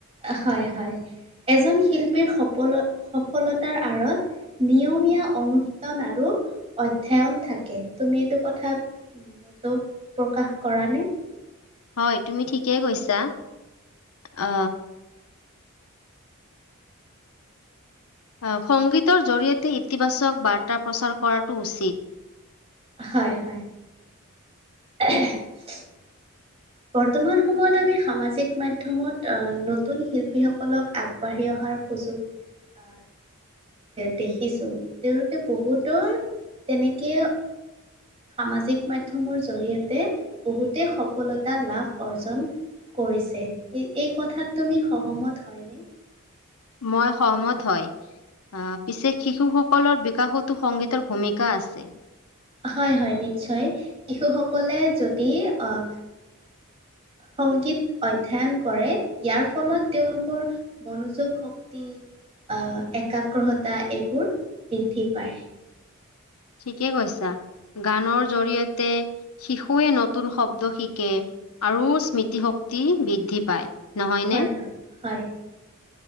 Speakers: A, on the right; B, on the left.
A: হয় হয় এজন শিল্পীৰ সপল সফলতাৰ আঁৰত। নিয়মীয়া অনুশীলন আৰু অধ্যয়ন থাকে তুমি এইটো কথা। মূলত প্ৰকাশ কৰা নে
B: হয় তুমি ঠিকেই কৈছা আ আ সংগীতৰ জৰিয়তে ইতিবাচক বাৰ্তা প্ৰচাৰ কৰাটো উচিত।
A: হয় হয়। <unintelligible> বৰ্তমান সময়ত আমি সামাজিক মাধ্যমত আ নতুন শিল্পীসকলক আগবাঢ়ি অহাৰ সুযোগ আ দেখিছোং তেওঁলোকে বহুতৰ তেনেকে সামাজিক মাধ্যমৰ জৰিয়তে বহুতে সফলতা লাভ অৰ্জন কৰিছে এই এই কথাত তুমি সহমত হয়নে
B: মই সন্মত হয়। আহ, পিছে শিশুসকলৰ বিকাশতো সংগীতৰ ভূমিকা আছে।
A: হয় হয় নিশ্চয়, শিশুসকলে যদি আহ সংগীত অধ্যয়ন কৰে, ইয়াৰ ফলত তেওঁলোকৰ মনোযোগ শক্তি, আহ একাগ্ৰহতা এইবোৰ বৃদ্ধি পায়।
B: ঠিকে কৈছা, গানৰ জৰিয়তে শিশুৱে নতুন শব্দ শিকে, আৰু স্মৃতিশক্তি বৃদ্ধি পায়। নহয়নে?
A: হয় হয়, হয়।